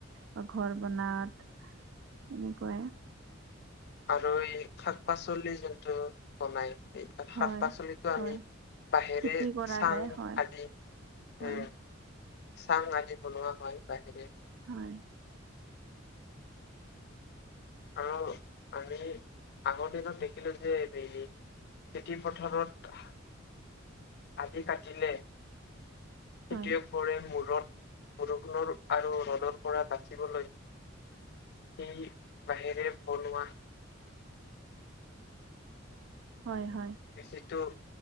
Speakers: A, on the right; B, on the left.
A: বা ঘৰ বনাত সেনেকৈয়ে
B: আৰু এই শাকপাচলি যোনটো বনায় এই
A: হয়
B: শাক পাচলিতো আমি
A: হয়
B: বাঁহেৰে
A: খেতি কৰা
B: চাং
A: যায় হয়
B: আদি
A: হয়।
B: এ চাং আদি বনোৱা হয়, বাঁহেৰে।
A: হয়।
B: আৰু আমি আগৰ দিনত দেখিলোঁ যে <unintelligible> খেতি পথাৰত আধি কাটিলে
A: হয়
B: খেতিয়ক বোৰে মূৰত বৰষুণৰ আৰু ৰ'দৰ পৰা বাচিবলৈ সি বাঁহেৰে বনোৱা
A: হয়, হয়।
B: বেচিটো